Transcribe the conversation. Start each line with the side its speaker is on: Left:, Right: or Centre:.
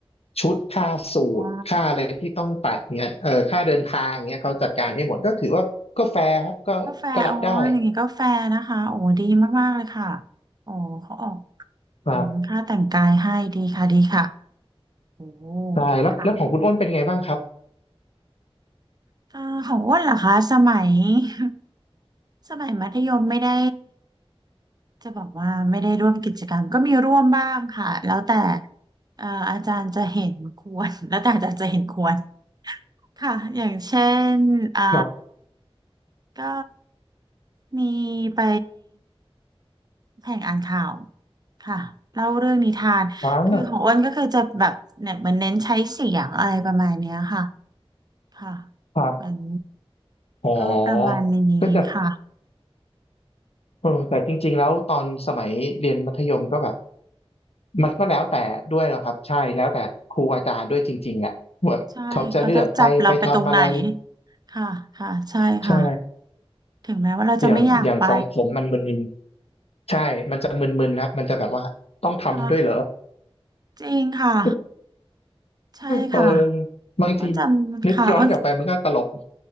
Left: ชุดค่าสูทค่าอะไรที่ต้องตัดเนี่ยเออค่าเดินทางเนี่ยเขาจัดการให้หมดก็ถือว่าก็แฟร์ครับก็ก็รับได้
Right: อ๋ออ๋อก็แฟร์อ๋ออย่างงี้ก็แฟร์นะคะโอ้ดีมากๆเลยค่ะโอ้เขาออก
Left: ครับ
Right: อืมค่าแต่งกายให้ดีค่ะดีค่ะโอ้
Left: ใช่แล้วแล้วของคุณอ้นเป็นไงบ้างครับ
Right: ค่ะเอ่อของอ้วนเหรอคะสมัย <laughs> สมัยมัธยมไม่ได้ จะบอกว่าไม่ได้ร่วมกิจกรรมก็มีร่วมบ้างค่ะแล้วแต่เอ่ออาจารย์จะเห็นควร <laughs> แล้วแต่อาจารย์จะเห็นควรค่ะอย่างเช่นอ่า
Left: ครับ
Right: ก็มีไปแข่งอ่านข่าวค่ะเล่าเรื่องนิทานคือของอ้วนก็คือจะแบบเนี่ยเหมือนเน้นใช้เสียงอะไรประมาณเนี้ยค่ะ
Left: ว้าว
Right: ค่ะ
Left: ครับ
Right: เหมือน
Left: อ๋อก็จะ
Right: ก็ประมาณนี้ค่ะ
Left: เออแต่จริงๆแล้วตอนสมัยเรียนมัธยมก็แบบมันก็แล้วแต่ด้วยเหรอครับใช่แล้วแต่ครูอาจารย์ด้วยจริงๆแหละว่าเขาจะเลือกใครไปทำอะไร
Right: ใช่เขาจะจับเราไปตรงไหนค่ะค่ะใช่ค่ะ
Left: ใช่
Right: ถึงแม้ว่าเราจะไม่อยากไป
Left: อย่างอย่างของผมมันมึนๆใช่มันจะมึนๆครับมันจะแบบว่าต้องทำด้วยเหรอ
Right: <laughs> ค่ะจริงค่ะ
Left: <laughs>
Right: ใช่ค่ะ
Left: เออบางที
Right: อ้นจำค่ะอ้น
Left: นึกย้อนกลับไปมันก็ตลก <laughs>